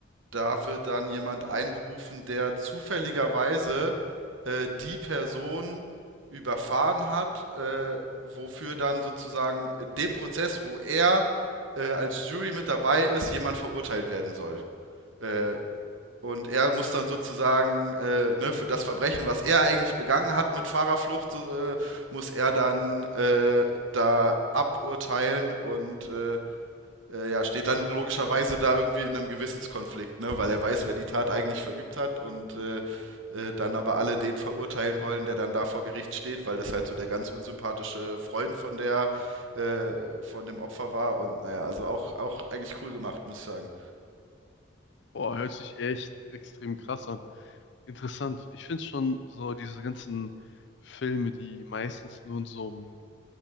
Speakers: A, on the right; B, on the left.
A: da wird dann jemand einberufen, der zufälligerweise äh, die Person überfahren hat, äh, wofür dann sozusagen in dem Prozess, wo er äh, als Jury mit dabei ist, jemand verurteilt werden soll. Äh, Und er muss dann sozusagen äh, ne, für das Verbrechen, was er eigentlich begangen hat mit Fahrerflucht, so, äh, muss er dann äh, da aburteilen und äh, äh, ja, steht dann logischerweise da irgendwie in einem Gewissenskonflikt, ne, weil er weiß, wer die Tat eigentlich verübt hat und äh, äh, dann aber alle den verurteilen wollen, der dann da vor Gericht steht, weil das halt so der ganz unsympathische Freund von der äh, von dem Opfer war und naja, also auch auch eigentlich cool gemacht, muss ich sagen.
B: Boah, hört sich echt extrem krass an. Interessant. Ich finde schon so diese ganzen Filme, die meistens nur in so einem